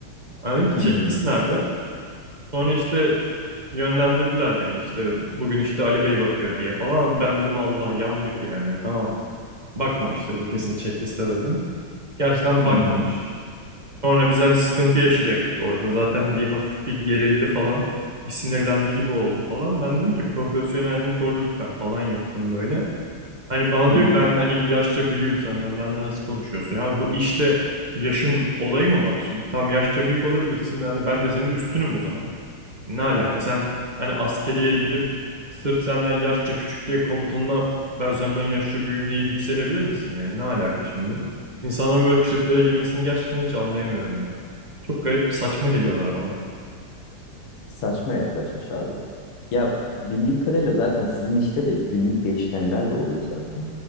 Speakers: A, on the right; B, on the left.
A: Ben dedim ki checklist
B: hı hı,
A: nerede? Sonra işte yönlendirdiler beni işte bugün işte Ali Bey bakıyor diye falan. Ben dedim Allah yandık yani tamam. Bakmamıştır bu kesin checkliste dedim. Gerçekten bakmamış.
B: hı hı,
A: Sonra biz hani sıkıntı yaşayacaktık orada. Zaten bir hafif bir gerildi falan. Bir sinirlendi gibi oldu falan. Ben dedim ki profesyonelini koru lütfen falan yaptım böyle. Hani bana
B: hı
A: diyor ben hani yaşça büyüğüm senden. Benle nasıl konuşuyorsun? Ya bu işte yaşın olayı mı var? Şimdi tam yaşça büyük olabilirsin. Yani ben de senin üstünüm o zaman. Ne alaka? Sen hani askeriye gidip sırf senden yaşça küçük diye komutanına ben senden yaşça büyüğüm diye yükselebilir misin? Yani ne alaka şimdi? İnsanların böyle triplere girmesini gerçekten hiç anlayamıyorum ya. Çok garip, saçma geliyorlar bana.
B: Saçma yaklaşmış abi. Ya bildiğim kadarıyla zaten sizin işte de günlük değişkenler de oluyor zaten.